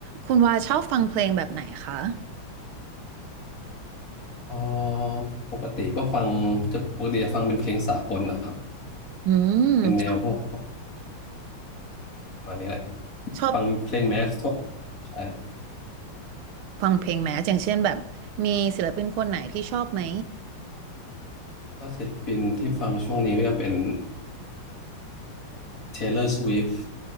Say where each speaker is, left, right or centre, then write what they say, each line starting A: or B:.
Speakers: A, on the right; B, on the left.
A: คุณวาชอบฟังเพลงแบบไหนคะ
B: เอ่อปกติก็ฟังจะปกติจะฟังเป็นเพลงสากลนะครับ
A: อื
B: เป็นแนวพวก
A: ม
B: ประมาณนี้แหละ
A: ชอบ
B: ฟังเพลงแมสทั่วใช่
A: ฟังเพลงไหมอย่างเช่นแบบมีศิลปินคนไหนที่ชอบไหม
B: ถ้าศิลปินที่ฟังช่วงนี้ก็จะเป็น Taylor Swift